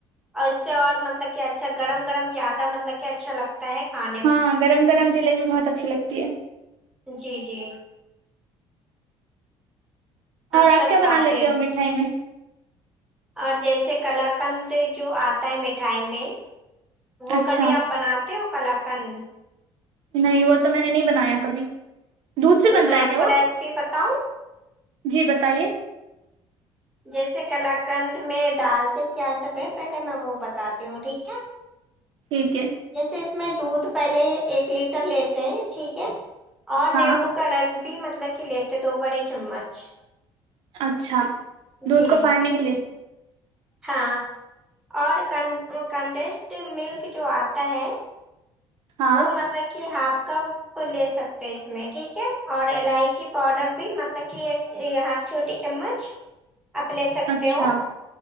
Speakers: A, in the centre; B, on the right.
A: اور اس سے اور مطلب کہ اچھا گڑم گڑم زیادہ مطلب کہ اچھا لگتا ہے کھا <unintelligible> نا
B: ہاں گرم گرم جلیبی بہت اچھی لگتی ہے
A: جی جی
B: اور
A: اکثر
B: آپ کیا
A: کھاتے
B: بنا لیتے ہو مٹھائی میں
A: اور جیسے کلاکند جو آتا ہے مٹھائی میں وہ
B: اچھا
A: کبھی آپ بناتے ہو کلاکند
B: نہیں وہ تو میں نے نہیں بنایا کبھی دودھ سے
A: تو
B: بنتا
A: میں آپ
B: ہے کیا
A: کو
B: وہ
A: ریس پی بتاؤں
B: جی بتائیے
A: جیسے کلاکند میں ڈالتے کیا سب ہے پہلے میں وہ بتاتی ہوں ٹھیک ہے
B: ٹھیک ہے
A: جیسے اس میں دودھ پہلے ایک لیٹر لیتے ہیں ٹھیک ہے اور
B: ہاں
A: نیمبو کا رس بھی مطلب کہ لیتے دو بڑے چمچ
B: اچھا دودھ
A: جی
B: کو پھاڑنے کے لیے
A: ہاں اور ک کنڈسڈ ملک جو آتا ہے
B: ہاں
A: وہ مطلب کہ ہاف کا کو لے سکتے اس میں ٹھیک ہے اور الائچی پاؤڈر بھی مطلب کہ ایک ہاف چھوٹی چمچ آپ لے سکتے
B: اچھا
A: ہو